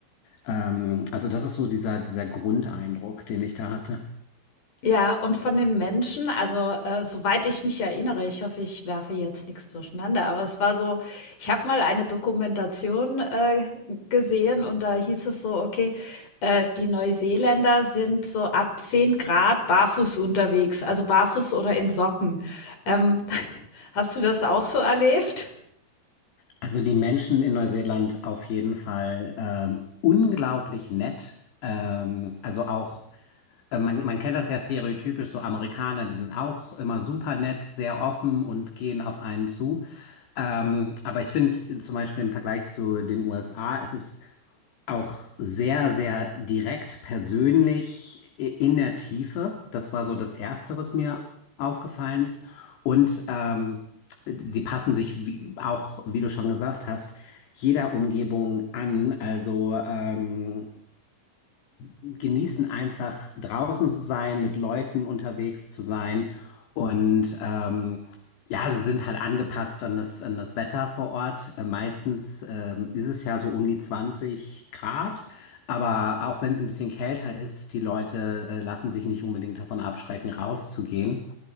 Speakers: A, on the left; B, on the left.
A: Ähm, also das ist so dieser, dieser Grundeindruck, den ich da hatte.
B: Ja, und von den Menschen, also, äh, soweit ich mich erinnere, ich hoffe, ich werfe jetzt nichts durcheinander, aber es war so, ich habe mal eine Dokumentation, äh, gesehen und da hieß es so, okay, äh, die Neuseeländer sind so ab 10 Grad barfuß unterwegs, also barfuß oder in Socken. Ähm, hast du das auch so erlebt?
A: Also die Menschen in Neuseeland auf jeden Fall ähm, unglaublich nett. Ähm, also auch, äh, man, man kennt das ja stereotypisch, so Amerikaner, die sind auch immer super nett, sehr offen und gehen auf einen zu. Ähm, aber ich finde zum Beispiel im Vergleich zu den USA, es ist auch sehr, sehr direkt persönlich i- in der Tiefe. Das war so das Erste, was mir aufgefallen ist. Und ähm, sie passen sich wie, auch, wie du schon gesagt hast, jeder Umgebung an. Also ähm, genießen einfach draußen zu sein, mit Leuten unterwegs zu sein und ähm, ja, sie sind halt angepasst an das, an das Wetter vor Ort. Äh, meistens ähm, ist es ja so um die 20 Grad, aber auch wenn es ein bisschen kälter ist, die Leute äh, lassen sich nicht unbedingt davon abschrecken, rauszugehen.